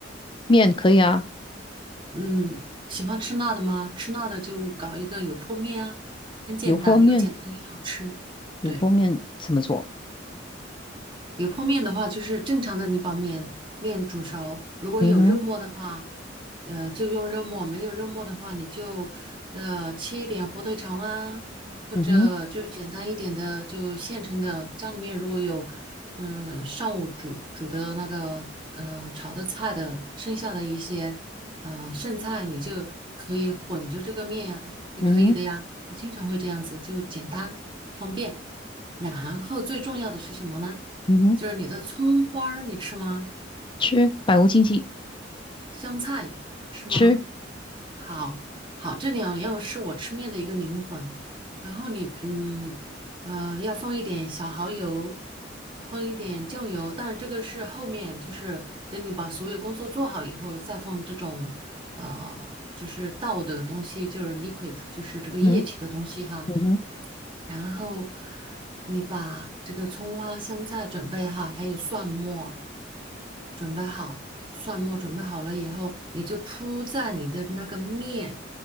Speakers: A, on the left (about 25°); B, on the right (about 25°).
A: 面可以啊，
B: 嗯，喜欢吃辣的吗？吃辣的就搞一个油泼面啊，很简单，
A: 油泼面，
B: 又简单又好吃。
A: 油泼面怎么做？
B: 对。油泼面的话，就是正常的，你把面面煮熟。如果有肉末的话，
A: 嗯哼，
B: 呃，就用肉末；没有肉末的话，你就呃切一点火腿肠啊，或者就简单一点的，
A: 嗯哼，
B: 就现成的。家里面如果有，嗯、上午煮煮的那个呃炒的菜的剩下的一些呃剩菜，你就可以混着这个面啊，也可以的呀。
A: 嗯哼，
B: 我经常会这样子，就简单方便。然后最重要的是什么呢？
A: 嗯哼，
B: 就是你的葱花儿你吃吗？
A: 吃，百无禁忌。
B: 香菜吃吗？
A: 吃，
B: 好，好，这两样是我吃面的一个灵魂。然后你嗯呃要放一点小蚝油，放一点酱油，但是这个是后面就是等你把所有工作做好以后再放这种呃就是倒的东西，就是 liquid，就是这个液体的东西哈。
A: 嗯哼嗯哼
B: 然后你把这个葱花、香菜准备好，还有蒜末准备好。蒜末准备好了以后，你就铺在你的那个面